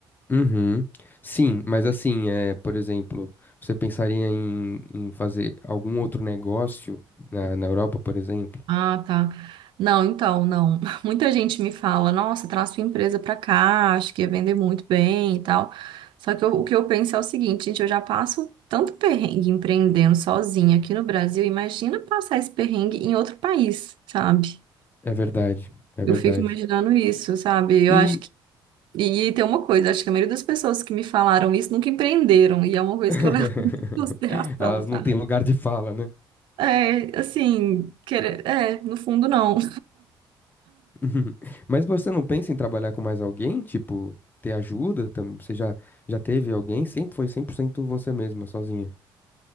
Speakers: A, on the left; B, on the right.
A: Uhum. Sim, mas assim, é, por exemplo, você pensaria em, em fazer algum outro negócio na, na Europa, por exemplo?
B: Ah, tá. Não, então, não. <laughs> Muita gente me fala, nossa, traz sua empresa pra cá, acho que ia vender muito bem e tal. Só que eu- o que eu penso é o seguinte, gente, eu já passo tanto perrengue empreendendo sozinha aqui no Brasil, imagina passar esse perrengue em outro país, sabe?
A: É verdade, é
B: Eu
A: verdade.
B: fico imaginando isso, sabe? Eu
A: E
B: acho E tem uma coisa, acho que a maioria das pessoas que me falaram isso nunca empreenderam, e é uma coisa
A: <laughs>
B: que eu levo <laughs> muito em consideração,
A: elas
B: sabe?
A: não têm lugar de fala, né?
B: É, assim, querer, é, no fundo não.
A: <laughs> Mas você não pensa em trabalhar com mais alguém? Tipo, ter ajuda? tam- Você já, já teve alguém? Sempre foi 100% você mesma, sozinha.